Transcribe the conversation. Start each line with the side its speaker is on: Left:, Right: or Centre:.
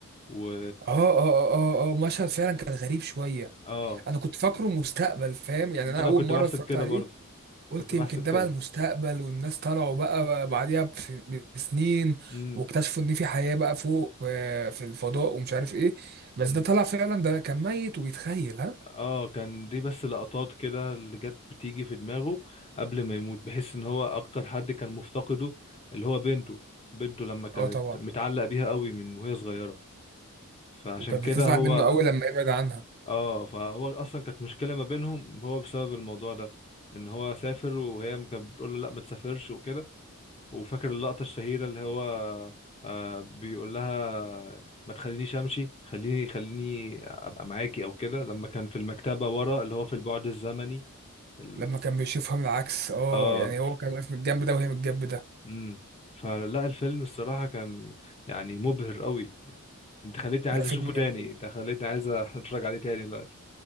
Left: و
Right: اه اه اه اه آه. مشهد فعلا كان غريب شوية
Left: اه
Right: انا كنت فاكره مستقبل فاهم يعني
Left: ما
Right: انا
Left: انا
Right: اول
Left: كنت
Right: مرة
Left: بحسب
Right: اتفرجت
Left: كده
Right: عليه
Left: برضه
Right: قلت
Left: كنت بحسب
Right: يمكن ده
Left: كده
Right: بقى المستقبل والناس طلعوا بقى بقى بعديها بس- بسنين
Left: امم
Right: واكتشفوا ان في حياة بقى فوق آه، في الفضاء ومش عارف ايه بس
Left: امم.
Right: ده طلع فعلا ده كان ميت وبيتخيل ها
Left: اه كان دي بس لقطات كده اللي جت بتيجي في دماغه قبل ما يموت بحيث ان هو اكتر حد كان مفتقده اللي هو بنته بنته لما كانت
Right: اه طبعا
Left: متعلق بيها قوي من وهي صغيرة فعشان
Right: وكانت
Left: كده
Right: بتزعل
Left: هو
Right: منه قوي لما يبعد عنها
Left: اه فهو اصلا كانت مشكلة ما بينهم هو بسبب الموضوع ده ان هو سافر وهي م- كانت بتقول له لا ما تسافرش وكده وفاكر اللقطة الشهيرة اللي هو آه بيقول لها ما تخلينيش امشي خليني خليني ابقى معاكي او كده لما كان في المكتبة ورا اللي هو في البعد الزمني ال...
Right: لما كان بيشوفها من العكس اه
Left: اه
Right: يعني هو كان واقف من الجنب ده وهي من الجنب ده
Left: امم فلا الفيلم الصراحة كان يعني مبهر قوي انت خليتني عايز
Right: لا فيلم
Left: اشوفه تاني
Right: جميل
Left: انت خليتني عايز <laughs> اتفرج عليه تاني دلوقتي